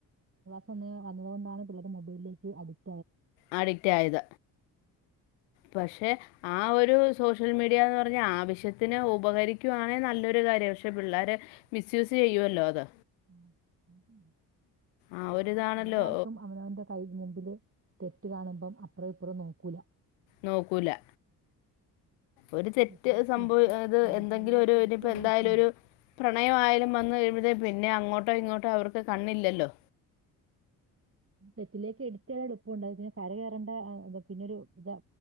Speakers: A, on the right; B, on the left.
A: <unintelligible> വന്നത് കൊണ്ടാണ് പിള്ളേരു മൊബലിലേക്ക് അഡിക്
B: അഡിക്റ്റായത് പക്ഷേ ആ ഒരു രു സോഷ്യൽ മീഡയാന്ന് പറഞ്ഞാൽ ആവശ്യത്തിന് ഉപകരിക്കുവാണേ നല്ലരു കാര്യാ പക്ഷേ പിള്ളേര് മിസ്‌ ച്ച്യൂസ് ചെയ്യോല്ലോ അത്
A: ആഹ് അവിടെണ്ട്
B: ആ ഒരിതാണല്ലോ
A: ആര് എല്ലാർക്കും അവനവന്റെ കൈ മുമ്പില് തെറ്റ് കാണുമ്പം അ അപ്പറും ഇപ്പറും നോക്കൂലാ
B: നോക്കൂലാ ഒരു തെറ്റ്
A: തെറ്റിലേക്ക്
B: സംഭവ
A: എടുത്ത്
B: അത്
A: ആ
B: എന്തെങ്കിലും
A: തെറ്റിലേക്ക്
B: ഒരു
A: എടുത്തിടാൻ
B: ഇനിപ്പോ എന്തായാലും
A: എളുപ്പമുണ്ട്
B: ഒരു പ്രണയം ആയാലും വന്ന് കഴിയുമ്പതേ പിന്നെ അങ്ങോട്ടോ ഇങ്ങോട്ടോ അവർക്ക് കണ്ണില്ലല്ലോ
A: തെറ്റിലേക്ക് എടുത്തെ ആണ് ഇപ്പൊ ഒണ്ടായത് <unintelligible> കര കയറേണ്ട പിന്നെരു ഇതാ.